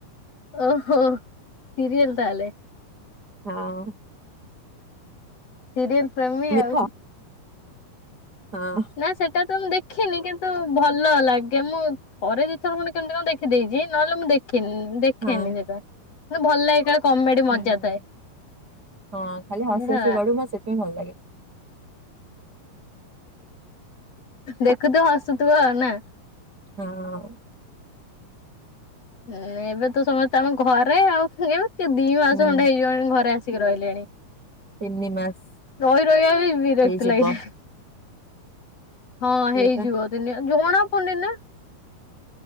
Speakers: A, on the left; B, on the right.
A: ଓହୋ ସିରିଏଲ ତାହେଲେ।
B: ହଁ।
A: ସିରିଏଲ୍ ପ୍ରେମି
B: ମେଘ
A: ଆଉ
B: ହଁ।
A: ନା ସେଟା ତ ମୁଁ ଦେଖିନି କିନ୍ତୁ ଭଲ ଲାଗେ ମୁଁ ଥରେ ଦୁଇଥର ମାନେ କେମିତି କଣ ଦେଖିଦେଇଚି ନହେଲେ ମୁଁ ଦେଖେନି ଦେଖେନି
B: ହଁ
A: ସେଟା ଭଲ ଲାଗେ କା କମେଡି ମଜା
B: ହୁଁ।
A: ଥାଏ
B: ହଁ ଖାଲି ହସି
A: ହେଲା।
B: ହସି ଗଡୁ ସେଥିପାଇଁ ଭଲ ଲାଗେ।
A: ଦେଖୁଥିବ ହସୁଥିବ ଆଉ ନା।
B: ହଁ।
A: ଏ ଏବେ ତ ସମସ୍ତେ ଆମ ଘରେ ଆଉ ଖେଳିବ କିଏ ଦିଇ ମାସ
B: ହୁଁ
A: ଖଣ୍ଡେ ହେଇଯିବଣି ଘରେ ଆସି ଆସିକି ରହିଲେଣି
B: ତିନି ମାସ।
A: ରହି ରହିବା ବି ବିରକ୍ତ
B: ହେଇଯିବ
A: ଲାଗିଲାଣି। ହଁ ହେଇଯିବ
B: ଏଇବା
A: ଦିନି ଜଣା ପଡ଼ନି ନା।